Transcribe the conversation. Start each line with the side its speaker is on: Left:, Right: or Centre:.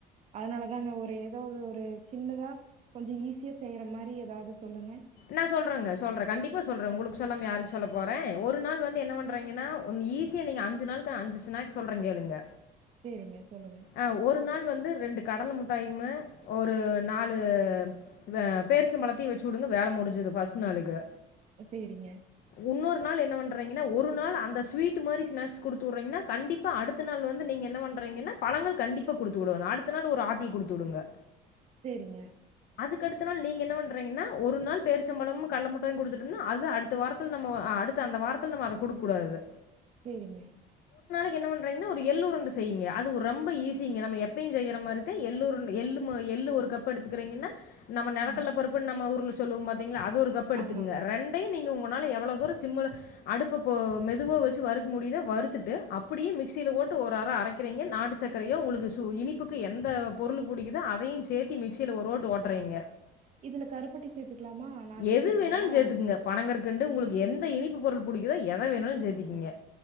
Right: அதனால தாங்க ஒரு ஏதாவது ஒரு சின்னதா கொஞ்ச ஈஸியா செய்யற மாரி ஏதாவது சொல்லுங்க
Left: நா சொல்றேங்க சொல்றே கண்டிப்பா சொல்றே உங்களுக்கு சொல்லாம யாருக்கு சொல்ல போறே ஒரு நாள் வந்து என்ன பண்றீங்கன்னா ஈஸியா நீங்க அஞ்சு நாளுக்கு அஞ்சு ஸ்னாக்ஸ் சொல்றே கேளுங்க
Right: சேரிங்க சொல்லுங்க
Left: ஆ ஒரு நாள் வந்து ரெண்டு கடல முட்டாயுமே ஒரு நாலு பே பேர்ச்சம்பலத்தையும் வச்சு விடுங்க வேலை முடிஞ்சுது ஃபர்ஸ்ட் நாளுக்கு
Right: சேரிங்க
Left: உன்னொரு நாள் என்ன பண் ரைங்கனா ஒரு நாள் அந்த ஸ்வீட் மாரி ஸ்வீட்ஸ் குடுத்துறீங்கா கண்டிப்பா அடுத்த நாள் வந்து நீங்க என்ன பண்றீங்கனா பழங்கள் கண்டிப்பா குடுத்து வுடோனு அடுத்த நாள் ஒரு ஆப்பிள் குடுத்து வுடுங்க
Right: சேரிங்க
Left: அக்கடுத்த நாள் நீங்க என்ன பண்றீங்கன்னா ஒரு நாள் பேரிச்சம்பளமும் கள்ள முட்டாயும் குடுத்துட்டோம்னா அது அடுத்த வாரத்துல நம்ம அடுத்த அந்த வாரத்துல நம்ம அதகுடுக்க கூடாது
Right: சேரிங்க
Left: என்ன பண்றங்கன்னா ஒரு எல்லுரண்டை செய்ங்க அது து ரொம்ப ஈஸிங்க நம்ம எப்பையும் செய்யற மாரி தா எள் உருண்டை எள்ளு மா எள்ளு ஒரு கப் எடுத்துக்கறீங்கன்னா நம்ம நிலக்கல்லபருப்பு
Right: ம்.
Left: நம்ம ஒர் சொல்லுவ பாத்தீங அது ஒரு கப்பு எடுத்துக்கங்க
Right: ஆமாங்க.
Left: ரெண்டையும் நீங்க உங் உங்கனால எவ்வளவு தூர சிம்ல அடுப்பு மெதுவ வச்சு வறுக்க முடியறுத்துட்டு அப்படியே மிக்சியில போட்டு ஒரு அர அரைக்கிறீங்க நாட்டு சக்கரையும் உங்களுக்கு சு இனிப்புக்கு எந்த பொருளு படிக்குதோ அதையும் சேர்த்தி மிக்சியில ஒரு ஓட்டு ஓட்டறீங்க
Right: இதுல கருப்பட்டி சேர்த்துக்கலாமா நாட்டு
Left: எது
Right: சர்க்கரைக்கு
Left: வேணாலும்
Right: பதுலா
Left: சேத்துக்குங்க. பனங்கற்கண்டு உங்களுக்கு எந்த இனிப்பு பொருள் புடிக்குதோ எத வேணாலு சேத்திக்கீங்க